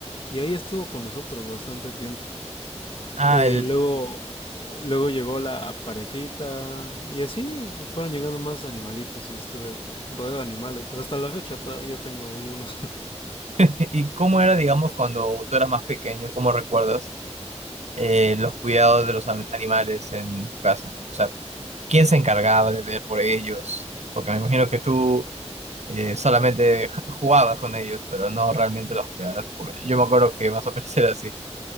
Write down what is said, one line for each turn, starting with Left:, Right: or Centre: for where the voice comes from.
Left: y ahí estuvo con nosotros bastante tiempo.
Right: Ah,
Left: Eh,
Right: el-
Left: luego, luego llegó la parejita y así fueron llegando más animalitos y estuve rodeado de animales. Hasta la fecha todavía tengo ahí unos. <laughs>
Right: <laughs> ¿y cómo era, digamos, cuando tú eras más pequeño? ¿Cómo recuerdas? eh, los cuidados de los am- animales en tu casa? O sea, ¿quién se encargaba de ver por ellos? Porque me imagino que tú eh, solamente <laughs> jugabas con ellos, pero no realmente los cuidabas. Porque yo me acuerdo que más o menos <laughs> era así.